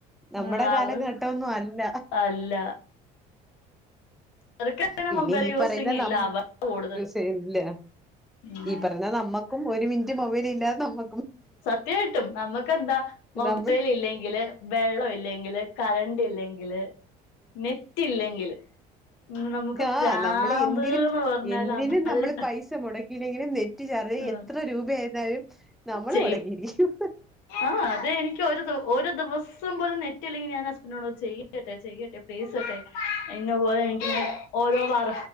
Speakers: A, in the centre; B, on the left.
A: നമ്മടെ
B: ആഹ്
A: കാലഘട്ടൊന്നു
B: അവർ
A: അല്ല
B: അല്ല അവർക്കങ്ങനെ
A: പിന്നെ
B: മൊബൈൽ
A: ഈ
B: യൂസിങ്
A: പറയുന്ന നം
B: ഇല്ല അവ കൂടുതല്
A: യൂസെയുന്നില്ല
B: ഉം
A: ഈ പറഞ്ഞ നമ്മക്കും ഒരു മിനിറ്റ് മൊബൈൽ ഇല്ലാതെ നമ്മ
B: സത്യവായിട്ടും നമ്മക്കെന്താ മൊബൈൽ
A: നമ്മൾ
B: ഇല്ലെങ്കില് വെള്ളം ഇല്ലെങ്കില് കറണ്ട് ഇല്ലെങ്കില് നെറ്റ് ഇല്ലെങ്കില് നമുക്ക്
A: ആഹ്
B: പ്രാന്ത്ന്ന്
A: നമ്മള് എന്തിനും
B: പറഞ്ഞാല്
A: എന്തിനും
B: അമ്മാതിരി
A: നമ്മള് പൈസ മുടക്കീലെങ്കിലും നെറ്റ് ചാ ചാർജ്
B: ഉം
A: എത്ര രൂപ ആായിരുന്നാലും നമ്മള്
B: ചെയ്യും
A: മൊടക്കിയിരിക്കും
B: ആഹ് അതെ എനിക്ക് ഒരു ദൊ ഒരു ദിവസ്സം പോലും നെറ്റില്ലെങ്കി ഞാൻ <unintelligible> ചെയ് ക്കട്ടെ ചെയ്യട്ടെ പ്ലീസട്ടെ എന്നപോലെ എനിക്ക് ഓരോ വർ